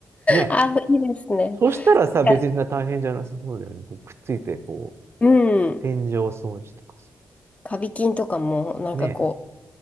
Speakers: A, on the right; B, on the left.
A: ね。
B: あ、いいですね。
A: そしたらさ、別にそんな大変じゃなさそうだよね。
B: いや
A: こうくっついて、こう、
B: うん。
A: 天井掃除とかさ。
B: カビ菌とかも、なんかこ
A: ね。